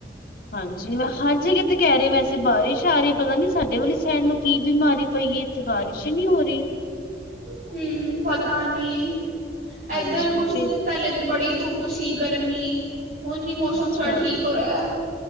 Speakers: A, on the left; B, on the right.
A: ਹਾਂਜੀ। ਮੈਂ ਹਰ ਜਗ੍ਹਾ ਤੇ ਕਹਿ ਰਹੇ, ਵੈਸੇ ਬਾਰਿਸ਼ ਆ ਰਹੀ ਹੈ। ਪਤਾ ਨੀ ਸਾਡੇ ਵਾਲੀ ਸ਼ਹਿਰ ਨੂੰ ਕੀ ਬਿਮਾਰੀ ਪਈ ਹੈ ਤੇ ਬਾਰਿਸ਼ ਹੀ ਨਹੀਂ ਹੋ ਰਹੀ।
B: ਹਮ ਪਤਾ ਨੀ,
A: ਹਾਂਜੀ,
B: ਏਧਰ ਕੁੱਛ
A: ਤੇ
B: ਦਿਨ ਪਹਿਲੇ ਤੇ ਬੜੀ ਧੁੱਪ ਤੁਸੀਂ ਗਰਮੀ, ਹੁਣ ਨੀ ਮੌਸਮ
A: ਅੱਛਾ।
B: ਥੋੜਾ ਠੀਕ ਹੋਇਆ।